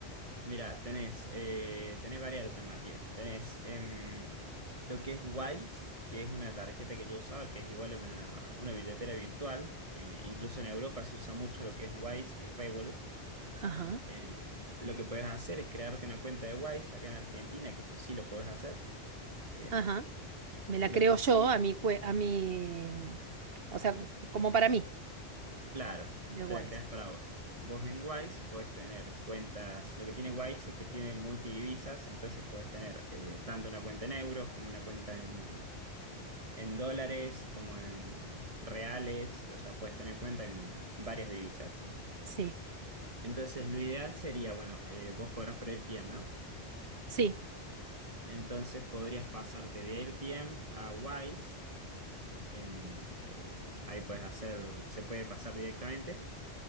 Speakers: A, on the right; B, on the right.
A: Mira, tenés, eh, tenés varias alternativas. Tenés em, lo que es Wise, que es una tarjeta que yo usaba, que es igual a una, una billetera virtual. Eh, incluso en Europa se usa mucho lo que es Wise y Revolut.
B: Ajá,
A: Em, lo que podés hacer es crearte una cuenta de Wise acá en Argentina, que eso sí lo podés hacer. Em,
B: ajá. Me la
A: lo
B: creo
A: que
B: yo
A: sí,
B: a mi, cue- a mi, o sea, como para mí,
A: claro,
B: de Wise.
A: te la creás para vos. Vos en Wise podés tener cuentas, lo que tiene Wise es que tiene multidivisas, entonces podés tener eh, tanto una cuenta en euros como una cuenta en, en dólares como en reales, o sea, puedes tener cuenta en varias divisas.
B: Sí,
A: Entonces, lo ideal sería, bueno, eh, vos cobras por AirTM, ¿no?
B: sí.
A: Entonces, podrías pasarte de AirTM a Wise, en, eh, ahí puedes hacer, se puede pasar directamente.